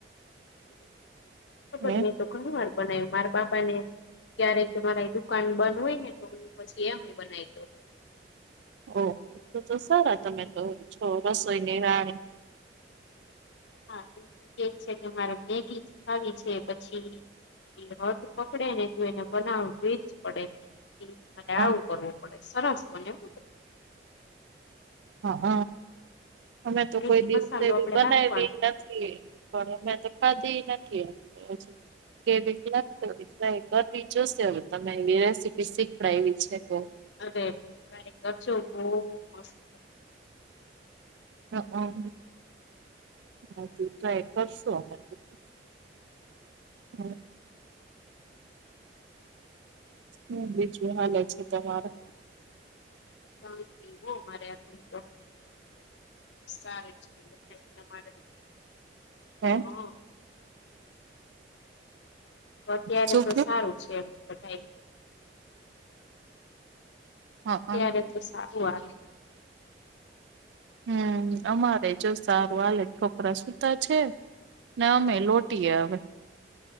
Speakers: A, on the left; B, on the right.
A: <inaudible>
B: હે
A: ઘણી વાર બનાવ્યું મારા બાપા ને ક્યારે કે મારા દુકાન બંધ હોય, ને તો પછી એમ બનાય તો
B: ઓહ તો તો સારા તમે તો છો રસોઈની રાણી
A: હા એ કે છે, કે મારે મેગી આવી છે પછી એ હદ પકડે ને તો એને બનાવી જ પડે અને
B: હા
A: આવું કરવું પડે સરસ બને
B: હા હ અમે તો
A: મેગી
B: કોઈ દિવસે
A: મસાલો આપડે
B: બનાવી
A: નાખવાનો
B: નથી <inaudible> <unintelligible> રેસીપી શીખડાય એવી છે, તો
A: અરે ટ્રાય કરજો બો મસ્ત
B: <unintelligible> હા હમ બીજું હાલ છે, તમારા
A: <unintelligible> સારી છે એલા
B: હે
A: હમ <unintelligible>
B: શું થયું?
A: ત્યારે તો સારું આલે
B: હમ, અમારે જો સારુ આલે છોકરા સુતા છે. ના અમે લોટીએ અવે